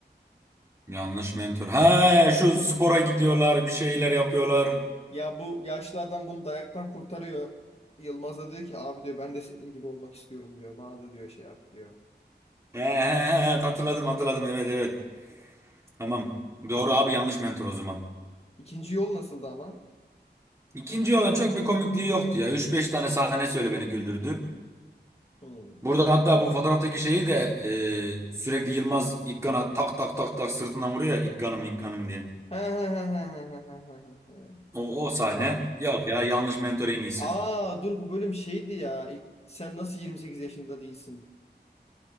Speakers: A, on the right; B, on the left.
A: Yanlış mentor. He şu spora gidiyorlar, bir şeyler yapıyorlar.
B: Ya bu yaşlı adam bunu dayaktan kurtarıyor. Yılmaz da diyor ki abi diyor ben de senin gibi olmak istiyorum diyor. Bana da diyor şey yap diyor.
A: He, he, he, hatırladım hatırladım evet evet. Tamam. Doğru abi yanlış mentor o zaman.
B: İkinci yol nasıldı ama?
A: İkinci olan çok bir komikliği yoktu ya. üç beş tane sahne söyle beni güldürdü.
B: Hmm.
A: Burada hatta bu fotoğraftaki şeyi de e, sürekli Yılmaz İkkan'a tak tak tak tak sırtından vuruyor ya İkkan'ım İkkan'ım diye.
B: He he he he he he he he he.
A: O, o sahne
B: Tamam.
A: yok ya yanlış mentor en iyisi.
B: Aa dur bu bölüm şeydi ya. İlk- Sen nasıl 28 yaşında değilsin?